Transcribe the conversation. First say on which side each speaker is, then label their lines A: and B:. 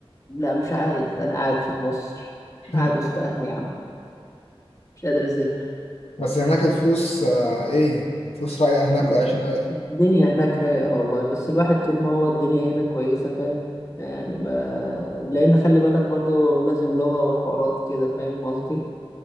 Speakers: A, on the left; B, on the left.
A: لا مش عايز أنا قاعد في مصر
B: <laughs>
A: قاعد وسط أهلي يا عم مش قادر أسافر
B: بس هناك الفلوس آه، ايه الفلوس رايقة هناك
A: لا
B: والعيش رايق
A: الدنيا هناك رايقة والله بس الواحد طول ما هو الدنيا هنا كويسة فاهم يعني ما... لأن خلي بالك برضه لازم لغة وحوارات كده فاهم قصدي